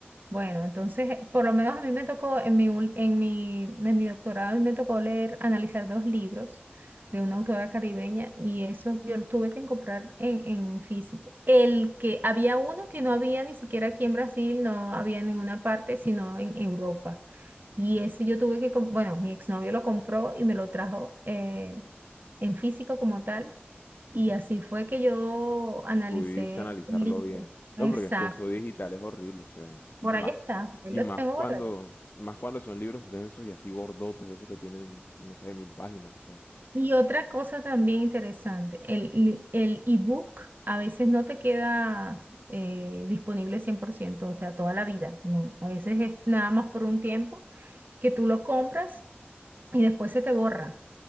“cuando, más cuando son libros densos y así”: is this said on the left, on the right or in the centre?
Left